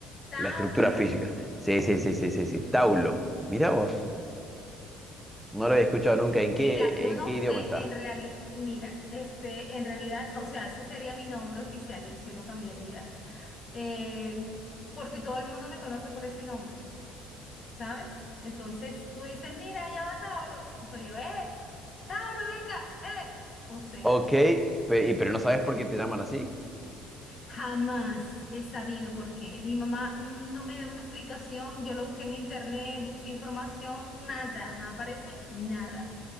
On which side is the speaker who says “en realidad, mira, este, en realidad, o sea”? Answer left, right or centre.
Left